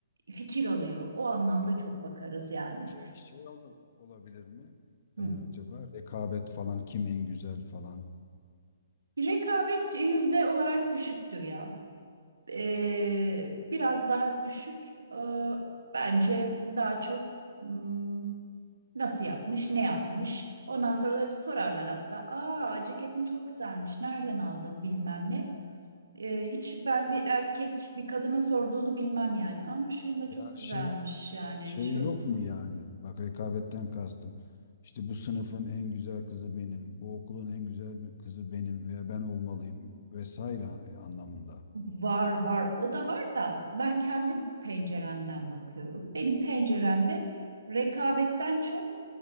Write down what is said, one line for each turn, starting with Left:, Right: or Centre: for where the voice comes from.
Right: fikir alıyor. O anlamda çok bakarız yani.
Left: Peki şey ola- olabilir mi?
Right: Hı.
Left: E, acaba rekabet falan kim en güzel falan.
Right: Rekabet yüzde olarak düşüktür ya. e, biraz daha düşük. E, bence daha çok hmm, nasıl yapmış, ne yapmış. Ondan sonra da sorarlar hatta. Aa, ceketin çok güzelmiş. Nereden aldın bilmem ne. E, hiç ben bir erkek bir kadına sorduğunu bilmem yani. Aa, şu yanda
Left: Ya
Right: çok güzelmiş
Left: şey
Right: yani.
Left: Şey
Right: Şu
Left: yok mu yani? Bak rekabetten kastım. İşte bu sınıfın en güzel kızı benim, bu okulun en güzel bir kızı benim veya ben olmalıyım vesaire anlamında.
Right: Var var o da var da ben kendi penceremden bakıyorum. Benim penceremde rekabetten çok